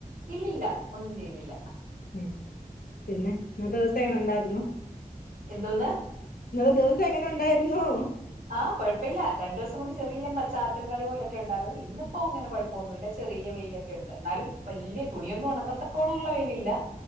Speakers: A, on the right (about 70°); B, on the left (about 85°).
A: ഇല്ലില്ല ഒന്നും ചെയ്യുന്നില്ല.
B: ഉം പിന്നെ ഇന്നത്തെ ദിവസങ്ങനെണ്ടായിരുന്നു
A: എന്തോന്ന്
B: ഇന്നത്തെ ദിവസങ്ങനെണ്ടായിരുന്നു
A: ആ കൊഴപ്പില്ല രണ്ടുസം കൊണ്ട് ചെറിയ ചാറ്റൽ മഴ പോലൊക്കെണ്ടായിരുന്നു ഇന്നിപ്പോ അങ്ങനെ കുഴപ്പമൊന്നുല്ല ചെറിയ വെയില് കേയു ണ്ട് എന്നാലും വല്യ തുണിയൊന്നും ഉണക്കത്തക്കണള്ള വെയിലല്ല